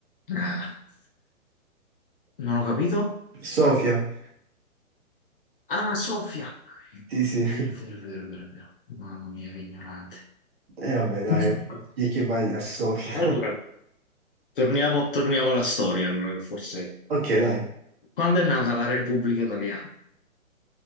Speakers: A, on the left (about 40°); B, on the right (about 45°).
A: Ah, non ho capito.
B: Sofia.
A: Ah, Sofia.
B: Sì, sì. <laughs>
A: Vero, vero, vero, vero, vero. Mamma mia, che ignorante.
B: E vabbè, dai,
A: <laughs>
B: ok. chi è che vai a Sofia?
A: Allora,
B: <laughs>
A: torniamo, torniamo alla storia, allora, che forse...
B: Ok, dai.
A: Quando è nata la Repubblica Italiana?